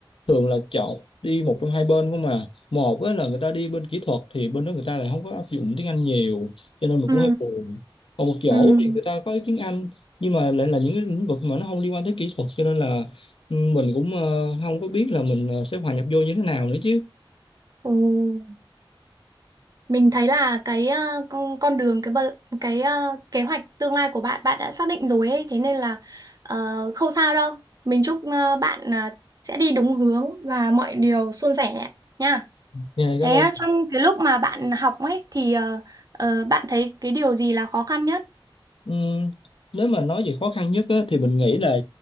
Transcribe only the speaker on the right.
Ừ.
Ừ.
Ừ. Mình thấy là cái ờ, con con đường cái bờ- cái ờ, kế hoạch tương lai của bạn bạn đã xác định rồi ấy, thế nên là ờ, không sao đâu. Mình chúc ờ, bạn ờ, sẽ đi đúng hướng và mọi điều suôn sẻ nha.
Thế
ờ, trong cái lúc mà bạn học ấy thì ờ, ờ, bạn thấy cái điều gì là khó khăn nhất?